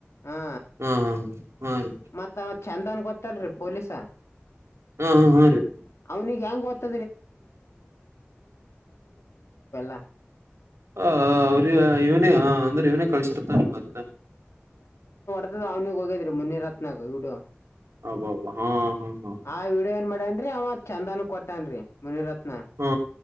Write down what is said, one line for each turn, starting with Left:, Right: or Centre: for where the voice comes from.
Left: ಹಾ
Right: ಹಾ ಹಾ ರೀ
Left: ಮತ್ತ ಅವ ಚಂದನ್ ಗೊತ್ತಲ್ರಿ ಪೊಲೀಸ <inaudible>
Right: ಹಾ ಹಾ ಹಾ ರೀ
Left: ಅವನಿಗೆ ಹೆಂಗ ಗೊತ್ತ <unintelligible>
Right: ಹಾ ಅವ್ರ ಇವ್ನೇ ಹಾ ಅಂದ್ರೆ ಇವ್ನೇ ಕಳ್ಸಿರ್ತನೆ ಮತ್ತ
Left: ಅವ್ನಿಗ್ ಹೋಗದ್ರಿ ಮುನಿರತ್ನ ವಿಡಿಯೋ
Right: ಅಬ್ಬಬ್ಬ ಹಾ ಹಾ ಹಾ
Left: ಆ ವಿಡಿಯೋ ಏನ್ ಮಾಡೇನ್ರೀ ಅವಾಗ ಚಂದನ್ ಕೊಟ್ಟನ್ರಿ ಮುನಿರತ್ನ
Right: ಹಾ